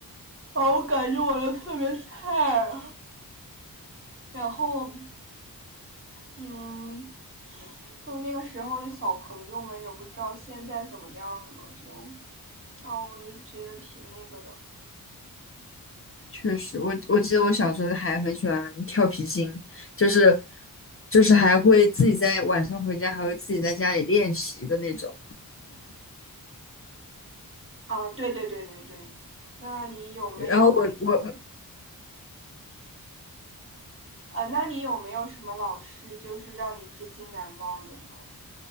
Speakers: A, on the right (about 35°); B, on the left (about 35°).
A: 啊，我感觉我都特别菜。然后嗯，就那个时候的小朋友们也不知道现在怎么样了，就啊，我就觉得挺那个的
B: 确实，我我记得我小时候还很喜欢跳皮筋，就是就是还会自己在晚上回家，还会自己在家里练习的那种。
A: 啊，对对对对对，那你有没有那种？
B: 然后我我
A: 啊，那你有没有什么老师就是让你至今难忘的呢？